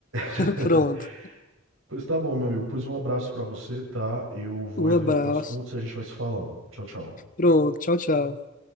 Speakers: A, on the left; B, on the right.
A: <laughs>
B: <laughs>
A: Pronto.
B: Pois tá bom, meu amigo. Pois um abraço pra você, tá? Eu vou
A: Um
B: resolver
A: abraço.
B: com as contas e a gente vai se falando. Tchau, tchau.
A: Pronto. Tchau, tchau.